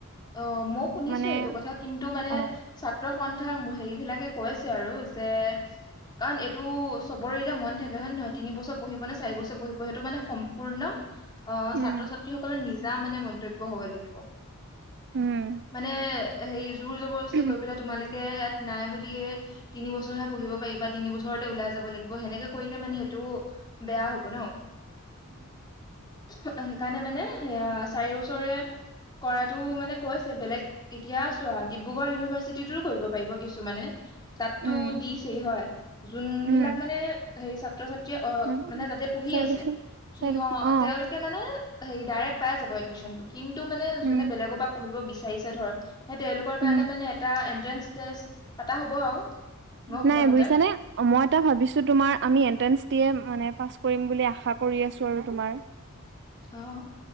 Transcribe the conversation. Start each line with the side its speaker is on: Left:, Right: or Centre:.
Left: অ', মই শুনিছো
Right: মানে
Left: সেইটো কথা কিন্তু মানে
Right: অ
Left: ছাত্ৰ সন্থা হেৰি বিলাকে কৈছে আৰু যে কাৰণ এইটো চবৰে এতিয়া মন থাকে হয়, নে নহয়তিনি বছৰ পঢ়িব, নে চাৰি বছৰ পঢ়িব সেইটো মানে সম্পূৰ্ণ। আহ
Right: উম
Left: ছাত্ৰ ছাত্ৰীসকলৰ নিজা মানে মন্তব্য হব লাগিব।
Right: উম
Left: মানে হেৰি জোৰ জবৰদস্তি
Right: উম
Left: কৰি পেলাই তোমালোকে ইয়াত, নাই বুলিহে তিনি বছৰহে পঢ়িব পাৰি বা তিনি বছৰতে ওলাই যাব লাগিব সেনেকে, কৰিলে মানে সেইটো বেয়া হব ন। সেইকাৰণে মানে সেয়া চাৰি বচৰে কৰাটো মানে কৈছে বেলেগ এতিয়া, চোৱা ডিব্ৰুগড় ইউনিভাৰ্চিটি টো কৰিব পাৰিব কিছু মানে, তাতো
Right: উম
Left: দিছেই হয় যোন
Right: উম
Left: বিলাক মানে হে ছাত্ৰ ছাত্ৰীয়ে অ'মানে
Right: উম
Left: তাতে পঢ়ি
Right: <inaudible>
Left: সিহতে
Right: অ
Left: তেওঁলোকে মানে হেৰি ডাইৰেক্ট পাই যাব এডমিশনটো কিন্তু মানে
Right: উম
Left: যোনে বেলেগৰ পহিব বিচাৰিছে ধৰ সেই তেওঁলোকৰ কাৰণে
Right: উম
Left: মানে এটা এনট্ৰেস ষ্টেস্ট পাতা হ'ব আৰু। মই শুনামতে
Right: নাই বোই ছানে মই এটা ভাবিছো তোমাৰ আমি এন্তেছ দিয়ে মানে, কৰিম বুলি আশা কৰি আছো আৰু তোমাৰ
Left: অ'